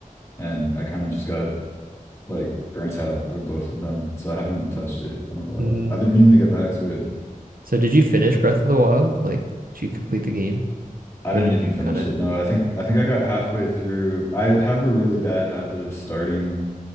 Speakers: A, on the left; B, on the right.
A: and I kind of just got like burnt out of both of them. So I haven't touched it in a while.
B: mm,
A: I've been meaning to get back to it.
B: so did you finish Breath of the Wild? Like, did you complete the game,
A: I
B: or
A: didn't
B: did
A: even
B: you
A: finish
B: kind of?
A: it. No, I think I think I got halfway through. I have a really bad habit of starting